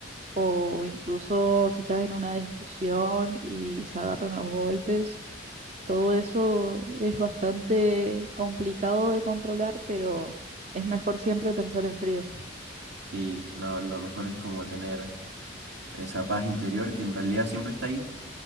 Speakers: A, on the right; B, on the right.
A: o incluso si estás en una discusión y se agarran los golpes. Todo eso es bastante complicado de controlar, pero es mejor siempre pensar en frío.
B: Y no, lo mejor es como tener esa paz interior que en realidad siempre está ahí